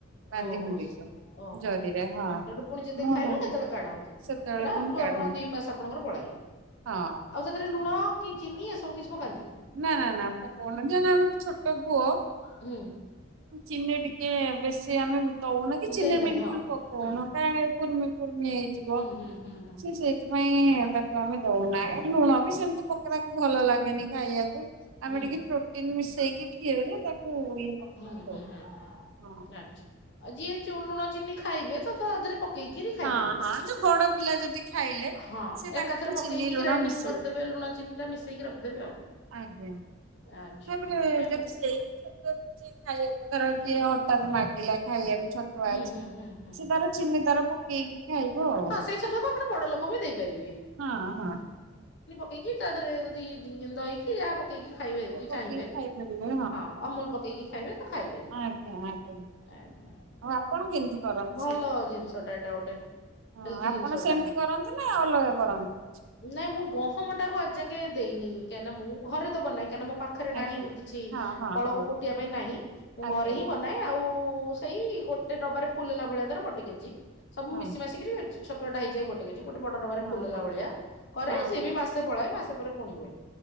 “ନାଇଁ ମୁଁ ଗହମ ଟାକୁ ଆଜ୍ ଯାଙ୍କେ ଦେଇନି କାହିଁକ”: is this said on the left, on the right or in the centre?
Left